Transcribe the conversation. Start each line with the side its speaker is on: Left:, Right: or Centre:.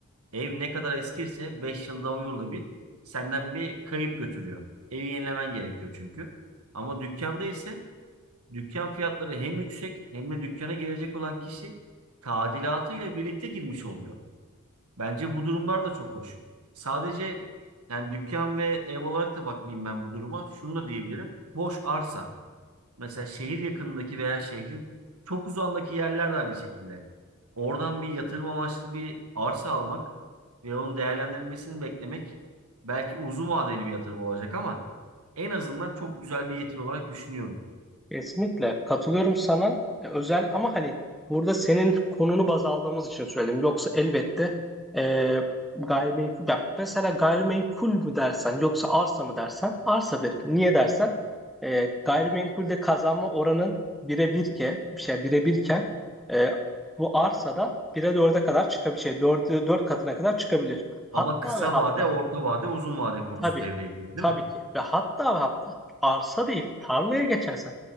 Right: Ev ne kadar eskirse 5 yılda 10 yılda bir senden bir kayıp götürüyor. Evi yenilemen gerekiyor çünkü. Ama dükkanda ise dükkan fiyatları hem yüksek hem de dükkana girecek olan kişi tadilatıyla birlikte girmiş oluyor. Bence bu durumlar da çok hoş. Sadece yani dükkan ve ev olarak da bakmayayım ben bu duruma. Şunu da diyebilirim. Boş arsa. Mesela şehir yakınındaki veya şehrin çok uzağındaki yerler de aynı şekilde. Oradan bir yatırım amaçlı bir arsa almak ve onun değerlendirilmesini beklemek belki uzun vadeli bir yatırım olacak ama en azından çok güzel bir getiri olarak düşünüyorum.
Centre: Kesinlikle katılıyorum sana. E, Özel ama hani burada senin konunu baz aldığımız için söyledim. Yoksa elbette e, gayrimenkul ya mesela gayrimenkul mü dersen yoksa arsa mı dersen arsa derim. Niye dersen e, gayrimenkulde kazanma oranın bire bir ke bir şey bire birken e, bu arsada bire dörde kadar çıkabilir. Şey, dörde, dört katına kadar çıkabilir. Hatta
Right: Ama kısa
Centre: ve hatta
Right: vade, orta vade, uzun vade konusu
Centre: Tabii,
Right: devreye giriyor,
Centre: tabii
Right: değil mi?
Centre: ki. Ve hatta ve hatta arsa değil, tarlaya geçersen